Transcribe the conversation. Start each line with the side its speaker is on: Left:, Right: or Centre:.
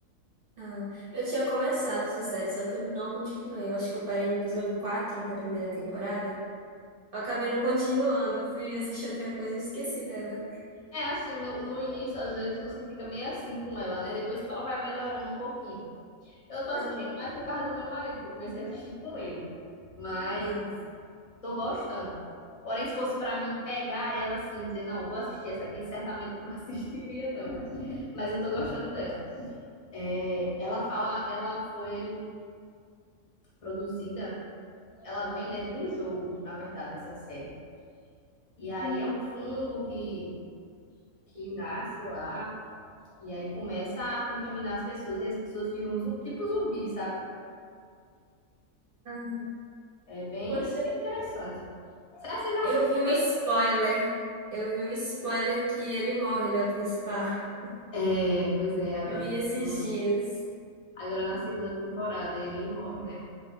Right: Ah, eu tinha começado essa série, só que eu não continuei. Eu acho que eu parei no episódio 4 da primeira temporada. Eu acabei não continuando, fui assistir outra coisa e esqueci dela.
Left: É assim, no, no início, às vezes, você fica meio assim com ela, né? Depois que ela vai melhorando um pouquinho. Eu tô assistindo
Right: Não, não,
Left: mais por causa do meu marido, que eu comecei a assistir com ele. mas
Right: não.
Left: Tô gostando. Porém, se fosse pra mim pegar ela assim, dizer, não, vou assistir essa aqui, <laughs> certamente eu não <laughs> assistiria, não. Mas eu tô gostando dela. É, ela fala, ela foi produzida, ela vem, né, de um jogo, na verdade, essa série. E aí
Right: Hum,
Left: é um fungo que, que nasce lá, e aí começa a contaminar as pessoas, e as pessoas viram um zum- tipo zumbi, sabe?
Right: ah,
Left: É bem,
Right: Poxa,
Left: bem interessante. Será que você já assistiu?
Right: eu vi um spoiler. Eu vi um spoiler que ele morre, né? O principal. <laughs>
Left: É, pois é, agora
Right: Vi
Left: na
Right: esses
Left: segunda,
Right: dias.
Left: agora na segunda temporada ele morre, né?